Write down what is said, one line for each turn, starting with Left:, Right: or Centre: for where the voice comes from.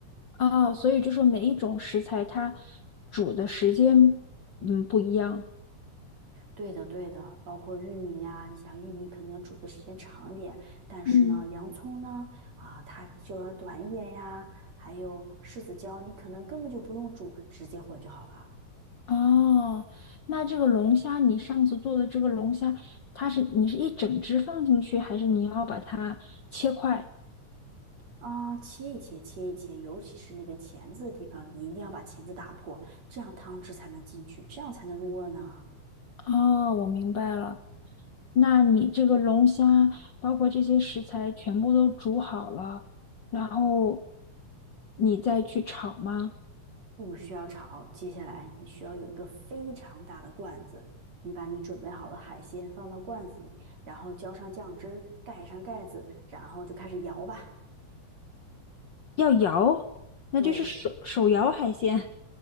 Left: 哦，所以就说每一种食材它煮的时间嗯不一样。
Right: 对的，对的，包括玉米呀、像玉米可能要煮的时间长一点，但是呢，
Left: 嗯。
Right: 洋葱呢，啊，它就要短一点呀，还有柿子椒，你可能根本就不用煮，直接混就好了。
Left: 哦，那这个龙虾，你上次做的这个龙虾，它是你是一整只放进去，还是你要把它切块？
Right: 啊、切一切，切一切，尤其是那个钳子的地方，你一定要把钳子打破，这样汤汁才能进去，这样才能入味儿呢。
Left: 哦，我明白了。那你这个龙虾，包括这些食材全部都煮好了，然后你再去炒吗？
Right: 不需要炒，接下来你需要有一个非常大的罐子，你把你准备好的海鲜放到罐子里，然后浇上酱汁儿盖上盖子，然后就开始摇吧。
Left: 要摇，那就是手手摇海鲜。
Right: 对，